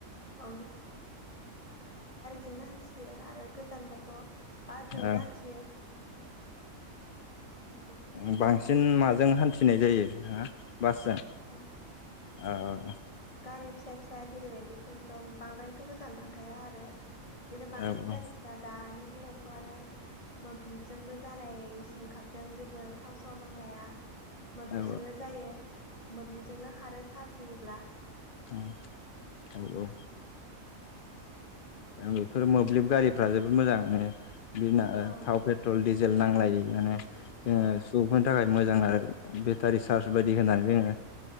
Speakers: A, on the left; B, on the left.
A: औ जोंनो हान्थियो आरो गोजानबाथ' बाजजोंनो
B: ओ
A: हान्थियो। बिदिनो
B: ओ बांसिन माजों हान्थिनाय जायो। नोंथाङा बासजों
A: दा
B: औ
A: गारि फिसा फिसा जेरैबायदि थम थम बांद्रायथ' गोजान थांखाया आरो बिदिनो बांसिन
B: औ औ
A: गारि फिसा दानि दिनावथ' आरो मोब्लिबजोंबो जानाय सोंखारदों जेबो थाव साव नांलाया मोब्लिबजोंनो
B: औ
A: जायो मोब्लिबजोंनो खारो चार्ज होयोब्ला
B: औ औ औ
A: <unintelligible>
B: ओ बेफोर मोब्लिब गारिफ्रा जोबोद मोजां माने बि नो ओ
A: औ
B: थाव पेट्रल डिज जेल नांलायि माने जोङो
A: औ
B: सुबुंफोरनि थाखाय मोजां आरो बेटारि चार्ज बायदि होनानै जोङो